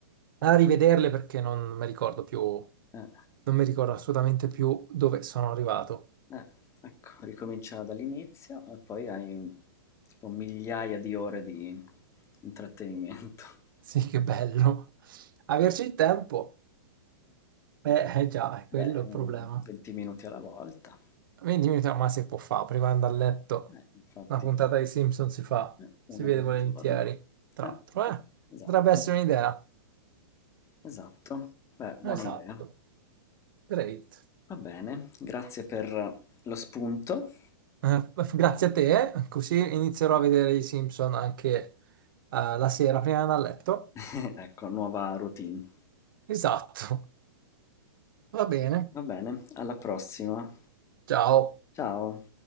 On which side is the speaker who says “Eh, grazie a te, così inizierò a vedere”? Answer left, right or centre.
Right